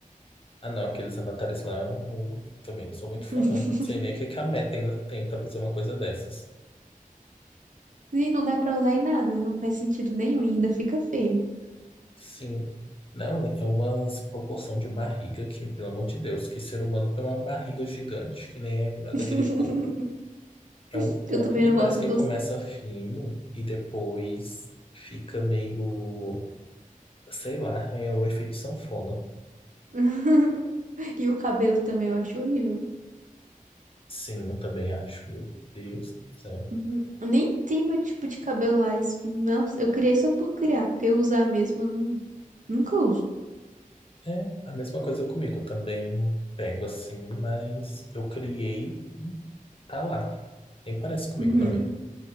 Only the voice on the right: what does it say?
<laughs>
E não dá pra usar em nada, não faz sentido nenhum e ainda fica feio.
<laughs>
Eu também
não
gosto
dos.
<laughs> E o cabelo também eu acho horrível.
Uhum. Nem tem meu tipo de cabelo lá. Isso, nossa, eu criei só por criar, porque usar mesmo eu não, nunca uso.
Uhum.